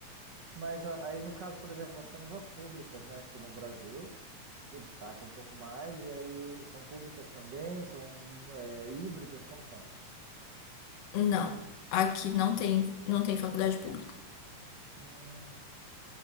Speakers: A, on the right; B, on the left.
A: Mas a- aí, no caso, por exemplo, nós temos as públicas, né, aqui no Brasil, que se destacam um pouco mais, e aí são públicas também, são é, híbridas, como são?
B: Não, aqui não tem, não tem faculdade pública.
A: Hum,